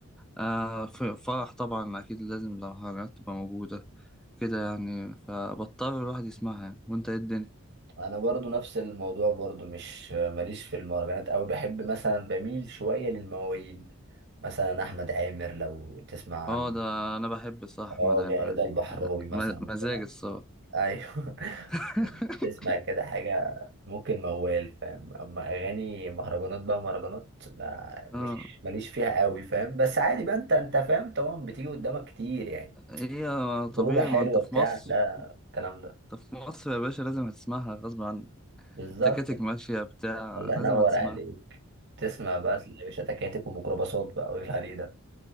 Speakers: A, in the centre; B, on the right.
A: آه في فرح طبعا اكيد لازم لو حاجات تبقى موجودة كده يعني فبضطر الواحد يسمعها يعني. وانت ايه الدنيا
B: انا برضو نفس الموضوع برضو مش ماليش في المهرجانات او بحب مثلا بميل شوية للمواويل مثلا احمد عامر لو تسمع
A: اه
B: عن
A: ده انا بحب الصراحة
B: اه
A: احمد عامر
B: ده رضا البحراوي
A: لا،
B: مثلا
A: م- مزاج الصراحة
B: ايوه
A: <laughs>
B: <laughs> تسمع كده حاجة ممكن موال فاهم اما اغاني مهرجانات بقى مهرجانات ما
A: اه
B: مش ماليش فيها قوي فاهم بس عادي بقى انت انت فاهم طبعا بتيجي قدامك كتير يعني
A: هي طبيعي
B: خروجة حلوة
A: ما انت في
B: بتاع
A: مصر
B: لا الكلام ده
A: انت في مصر يا باشا لازم هتسمعها غصب عنك
B: بالظبط
A: التكاتك ماشية بتاع
B: الله
A: لازم
B: ينور
A: هتسمعها
B: عليك تسمع بقى تلاقي يا باشا تكاتك وميكروباصات بقى والهري ده